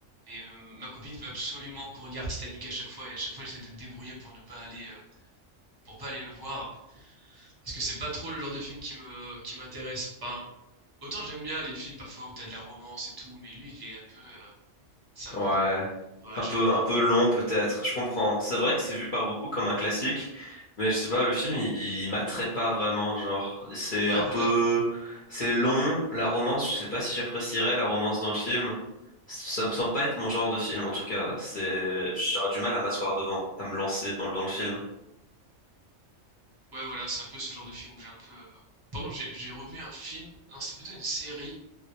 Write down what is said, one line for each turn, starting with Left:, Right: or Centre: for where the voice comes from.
Right: Et euh, ma copine veut absolument qu'on regarde Titanic à chaque fois. Et à chaque fois, j'essaie de me débrouiller pour ne pas aller. euh, pour pas aller le voir. Parce que c'est pas trop le genre de film qui me, qui m'intéresse. Enfin, autant j'aime bien les films parfois où t'as de la romance et tout. Mais lui, il est un peu. euh, c'est un
Left: Ouais.
Right: peu. Ouais,
Left: Un
Right: je
Left: peu,
Right: sais pas.
Left: un peu long peut-être, je comprends. C'est vrai que c'est vu par beaucoup comme un classique, mais je sais pas, le film, il, il m'attrait pas vraiment, genre. C'est
Right: Ouais,
Left: un
Right: voilà.
Left: peu... C'est long, la romance, je sais pas si j'apprécierais la romance dans le film. Ça me semble pas être mon genre de film, en tout cas. C'est... J'aurais du mal à m'asseoir devant, à me lancer dans, le- dans le film.
Right: Ouais, voilà. C'est un peu ce genre de film où j'ai un peu. euh, Par contre, j'ai j'ai revu un film. Non, c'était plutôt une série